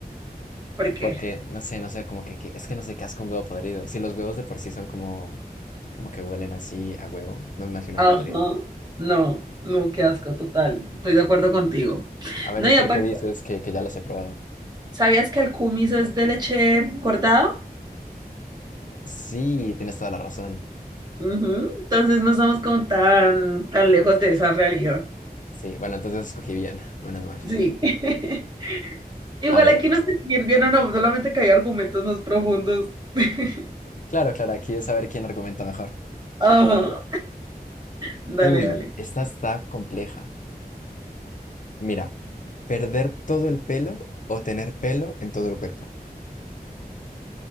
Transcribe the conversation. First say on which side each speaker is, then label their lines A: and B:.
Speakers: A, on the right; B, on the left.
A: ¿Por qué?
B: Porque, no sé, no sé, como que, que- Es que no sé qué asco un huevo podrido. Si los huevos de por sí son como... Como que huelen así a huevo, no me imagino
A: Ajá.
B: una podrida.
A: No, no, qué asco, total. Estoy de acuerdo contigo.
B: A ver,
A: No,
B: ¿y
A: y
B: por
A: aparte,
B: qué dices que, que ya las he probado?
A: ¿sabías que el kumis es de leche cortado?
B: Sí, tienes toda la razón.
A: Ujú, Entonces no estamos como tan, tan lejos de esa realidad.
B: Sí, bueno, entonces escogí bien, menos mal.
A: Sí. <laughs> Igual
B: A ver.
A: aquí no sé si ir bien o no, solamente que hay argumentos más profundos. <laughs>
B: Claro, claro, aquí es saber quién argumenta mejor.
A: Ajá. Dale,
B: Uy,
A: dale.
B: esta está compleja. Mira, perder todo el pelo o tener pelo en todo el cuerpo.